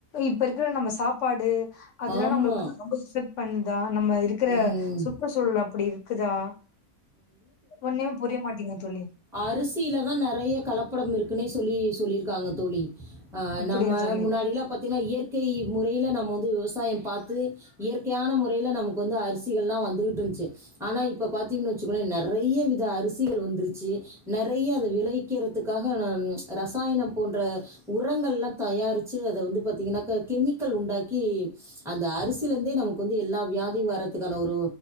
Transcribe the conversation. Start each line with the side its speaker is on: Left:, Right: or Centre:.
Left: இப்ப இருக்குற நம்ம சாப்பாடு அதெல்லா
Centre: ஆமாம்
Left: நம்மளுக்கு ரொம்ப இஸ் ஸட் பண்ணுதா நம்ம இருக்கிற
Centre: ம்
Left: சுற்றுச்சூழல் அப்டி இருக்குதா ஒண்ணுமே புரிய மாட்டேங்குது தோழி
Centre: அரிசிலதா நெறைய கலப்படோ இருக்குன்னே சொல்லி சொல்லியிருக்காங்க தோழி அ
Left: அப்படியா
Centre: நம்ம
Left: தோழி
Centre: முன்னாடியில்லா பாத்தீங்ன்னா இயற் கை முறையில நம்ம வந்து விவசாயோ பாத்து இயற்கையான முறையில நமக் வந்து அரிசிகள்லா வந்துகிட்டு இருந்ச்சி ஆனா இப்ப பாத்தீங்ன்னு வச்சுங்ளே நெறைய வித அரிசிகள் வந்துருச்சு நெறைய அது விளைக்கிறதுக்காக ரசாயனம் போன்ற உரங்கள்ளா தயாரிச்சு அத வந்து பாத்தீங்கன்னாக்கா கெமிக்கல் உண்டாக்கி அந்த அரிசியில இருந்தே நமக்கு வந்து எல்லா வியாத் தி வர்றதுக்கான ஒரு